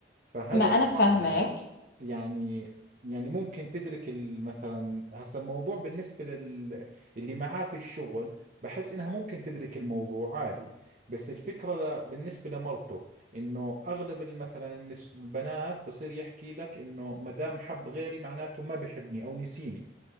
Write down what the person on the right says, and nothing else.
فهل
الصح
يعني يعني ممكن تدرك ال- مثلا هسا الموضوع بالنسبة لل اللي معاه في الشغل بحس انها ممكن تدرك الموضوع عادي بس الفكرة ل... بالنسبة لمرته انه اغلب ال- مثلا النس... البنات بصير يحكي لك انه ما دام حب غيري معناته ما بحبني او نسيني